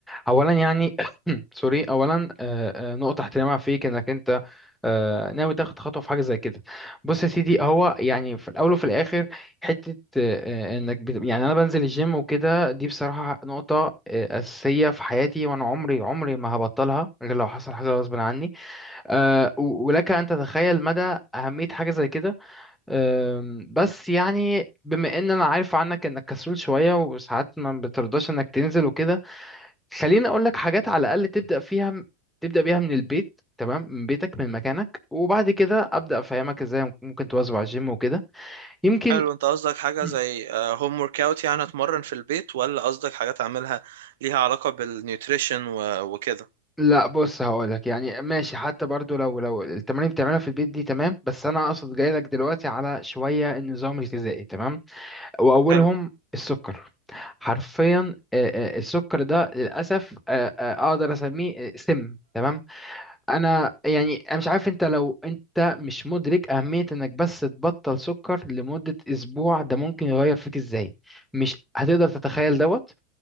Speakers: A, in the centre; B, on the right.
A: اولا يعني <coughs> <clears throat> سوري اولا آه، آه، نقطه احترامها فيك انك انت آه، ناوي تاخد خطوه في حاجه زي كده بص يا سيدي هو يعني في الاول وفي الاخر حته آه، آه، انك بت... يعني انا بنزل الجيم وكده دي بصراحه نقطه آه، اساسيه في حياتي وانا عمري عمري ما هبطلها غير لو حصل حاجه غصب عني آه، و- ولك ان تتخيل مدى اهميه حاجه زي كده أم، بس يعني بما ان انا عارف عنك انك كسول شوية وساعات ما بترضاش انك تنزل وكده خليني اقول لك حاجات على الاقل تبدأ فيها تبدأ بيها من البيت تمام من بيتك من مكانك وبعد كده ابدأ افهمك ازاي ممكن تواظب على الجيم وكده يمكن
B: حلو انت قصدك
A: <clears throat>
B: حاجة
A: مم.
B: زي هوم ورك اوت يعني اتمرن في البيت ولا قصدك حاجات اعملها ليها علاقة بالنيوتريشن و- وكده
A: لا بص هقولك يعني ماشي حتى برضو لو لو التمارين بتعملها في البيت دي تمام بس انا اقصد جايلك دلوقتي على شوية النظام الغذائي تمام واولهم
B: حلو
A: السكر حرفيا آه، آه، السكر ده للاسف آه، آه، اقدر اسميه آه، سم تمام انا يعني انا مش عارف انت لو انت مش مدرك اهميه انك بس تبطل سكر لمده اسبوع ده ممكن يغير فيك ازاي مش هتقدر تتخيل دوت